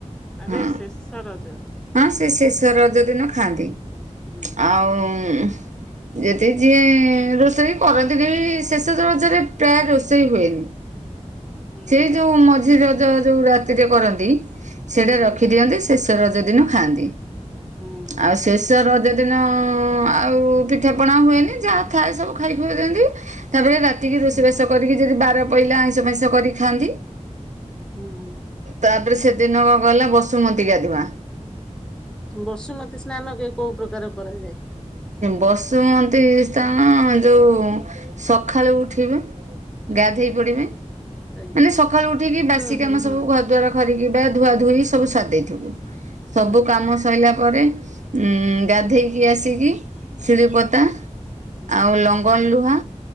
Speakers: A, in the centre; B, on the right (about 75°).
A: ଆରେ
B: ହଁ।
A: ଶେଷ ରଜ।
B: ହଁ ସେ ଶେଷ ରଜ ଦିନ ଖାଆନ୍ତି।
A: ହୁଁ।
B: ଆଉ ଯଦି ଯିଏ ରୋଷେଇ କରନ୍ତି ଶେଷ ରଜରେ ପ୍ରାୟ ରୋଷେଇ ହୁଏନି।
A: ହୁଁ
B: ସେଇ ଯୋଉ ମଝି ରଜ ଯୋଉ ରାତିରେ କରନ୍ତି ସେଇଟା
A: ହୁଁ
B: ରଖିଦିଅନ୍ତି ସେ ଶେଷ ରଜ ଦିନ ଖାଆନ୍ତି
A: ହୁଁ ହୁଁ।
B: ଆଉ ଶେଷ ରଜ ଜ ଦିନ ଆଉ ପିଠା ପଣା ହୁଏନି ଯାହା ଥାଏ ସବୁ ଖାଇକି ଦିଅନ୍ତି। ତାପରେ ରାତି କାଟିକି ରୋଷେଇବାସ
A: ହୁଁ
B: କରିକି ଯଦି ବାର ପଇଲା ଆଇଁଷ ଫଇଁଷ କରି ଖାଆନ୍ତି।
A: ହୁଁ ହୁଁ
B: ତାପରେ ସେଦିନ କଣ ଗଲା ବସୁମତି ଗାଧୁଆ।
A: ବସୁମତୀ ସ୍ନାନ କି କୋଉ ପ୍ରକାର କରାଯାଏ?
B: ବସୁମନ୍ତୀ ସ୍ଥାନ ଯଉ ସକାଳୁ ଉଠିବେ। ଗାଧେଇ ପଡିବେ
A: ଆଜ୍ଞା
B: ମାନେ ସକାଳୁ ଉଠିକି ବାସି
A: ହୁଁ
B: କାମ
A: ହୁଁ
B: ସବୁ
A: ହୁଁ
B: ଘର ଦ୍ୱାର। ଖରିକି ବା ଧୁଆ ଧୁଇ ସବୁ ସାରି ଦେଇଥିବୁ ସବୁ
A: ହୁଁ
B: କାମ। ସୋଇଲା ପରେ ଉଁ ଗାଧେଇକି ଆସିକି ଶିଳି ପତା
A: ହୁଁ
B: ଆଉ ଲଙ୍ଗନ ଲୁହା।